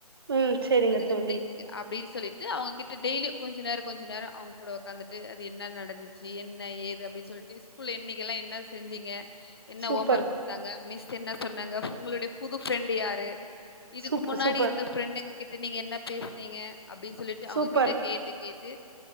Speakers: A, on the right; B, on the left.
A: ம் செரிங்க
B: அதுல
A: தோழி
B: அப்டின்னு சொல்லிட்டு அவேங்ககிட்ட டெய்லி கொஞ்சோ நேரோ கொஞ்சோ நேரோ அவுங்க கிட்ட உக்காந்துட்டு அது என்ன நடந்துச்சு என் என்ன ஏது அப்டின்னு சொல்லிட்டு ஸ்கூல் எண்ணிக்கெல்லா என்ன செஞ்சீங்க என்ன
A: சூப்பர்
B: ஹோம் ஒர்க் குடுத் ங்க மிஸ் என்ன சொன்னாங்க உங்களுடைய புது ஃப்ரெண்டு் யாரு இதுக்கு
A: சூப்பர்
B: முன்னாடி
A: சூப்பர்
B: இருந்த ஃப்ரெண்டு கிட்ட நீங்க என்ன பேசனீங்க அப்டின்னு சொல்லிட்டு
A: சூப்பர்
B: அவங்ககிட்ட கேட்டு கேட்டு